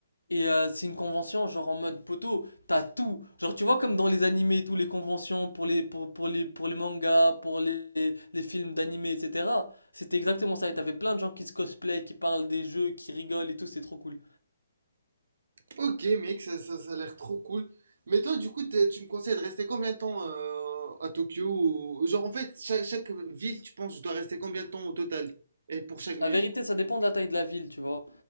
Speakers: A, on the left (about 80°); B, on the right (about 55°).
A: Et euh, c'est une convention genre en mode poteau, t'as tout. Genre tu vois comme dans les animés, tous les conventions pour les pour, pour les pour les mangas, pour les, les films d'animés, etc. C'était exactement ça. Et t'avais plein de gens qui se cosplay, qui parlent des jeux, qui rigolent et tout, c'est trop cool.
B: Ok, mec, ça, ça, ça a l'air trop cool. Mais toi, du coup, t'es- tu me conseilles de rester combien de temps euh, à Tokyo ou- Genre, en fait, chaque, chaque ville, tu penses, je dois rester combien de temps au total? Et pour chaque ville?
A: La vérité, ça dépend de la taille de la ville, tu vois.